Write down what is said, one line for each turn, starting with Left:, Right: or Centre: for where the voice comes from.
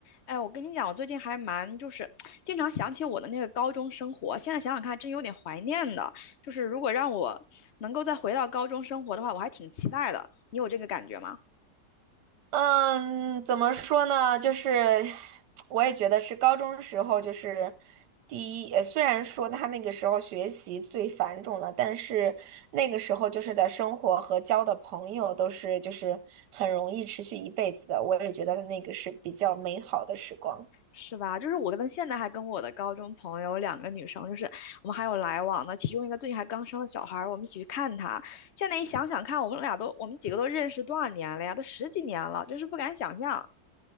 Left: 哎，我跟你讲，我最近还蛮就是经常想起我的那个高中生活，现在想想看，真有点怀念的。就是如果让我能够再回到高中生活的话，我还挺期待的。你有这个感觉吗？
Right: 嗯，怎么说呢？就是我也觉得是高中时候，就是第一，呃虽然说他那个时候学习最繁重了，但是那个时候就是的生活和交的朋友都是就是很容易持续一辈子的。我也觉得那个是比较美好的时光。
Left: 是吧？就是我跟现在还跟我的高中朋友两个女生，就是我们还有来往的，其中一个最近还刚生了小孩儿，我们一起去看她。现在一想想看，我们俩都我们几个都认识多少年了呀？都十几年了，真是不敢想象。